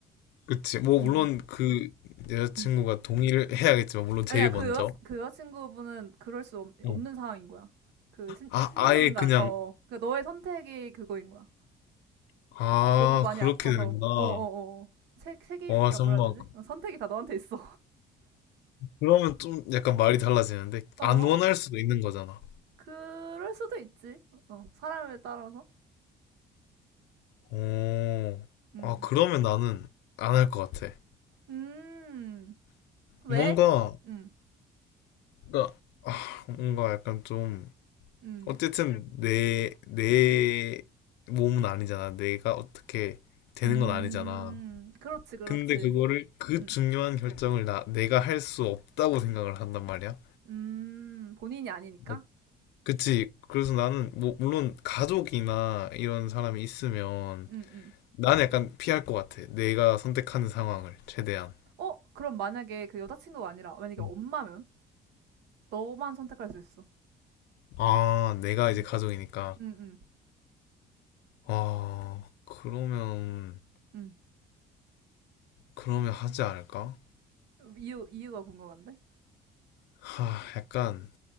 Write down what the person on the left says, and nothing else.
그치. 뭐
물론 그 여자친구가
동의를 해야겠지만 물론 제일
먼저.
어.
아,
아예 그냥
아,
그렇게
되는구나.
와,
정말
그러면 좀 약간 말이 달라지는데
안 원할 수도 있는 거잖아.
오,
아, 그러면 나는 안 할 것 같아.
뭔가,
그러니까, 아, 뭔가 약간 좀,
어쨌든 내, 내 몸은 아니잖아. 내가 어떻게 되는
건 아니잖아.
근데 그거를, 그
중요한 결정을 나, 내가 할 수 없다고 생각을 한단 말이야.
뭐, 그치. 그래서 나는, 뭐, 물론 가족이나 이런 사람이 있으면,
나는 약간 피할 것 같아. 내가 선택하는 상황을, 최대한.
음.
아, 내가
이제 가족이니까.
아, 그러면,
그러면 하지 않을까?
하, 약간.